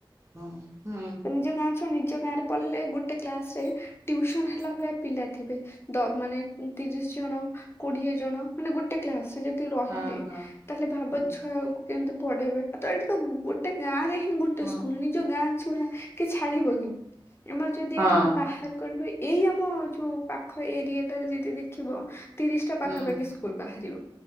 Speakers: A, on the right; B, on the left.
A: ହଁ ହୁଁ
B: ନିଜ ଗାଁ ଛୁଆ ନିଜ ଗାଁରେ ପଢଲେ ଗୋଟେ କ୍ଲାସରେ ଟିଉସନ୍ ହେଲା ଭଳିଆ ପିଲା ଥିବେ। ତ ମାନେ ତିରିଶ ଜଣ କୋଡିଏ ଜଣ ମାନେ ଗୋଟେ କ୍ଲାସରେ ତୁ ରହିଲେ
A: ହଁ ହଁ
B: ତାହେଲେ ଭାବ
A: ହୁଁ,
B: ଛୁଆକୁ କେମତି ପଢେଇବେ ଆଉ ତ ଏଇଠି ତ ଗୋଟେ ଗାଁରେ ହିଁ ଗୋଟେ
A: ହଁ
B: ସ୍କୁଲ ନିଜ ଗାଁ ଛୁଆ କିଏ ଛାଡିବ କି ଆମର ଯଦି
A: ହଁ
B: ଏଠିକି ବାହାର୍ କରିବେ ଏଇ ଆମ ଯୋଉ ପାଖ ଏରିଆଟାରେ ଯେଦି ଦେଖିବ ତିରିଶଟା ପାଖାପାଖି
A: ହୁଁ।
B: ସ୍କୁଲ ବାହାରିବ।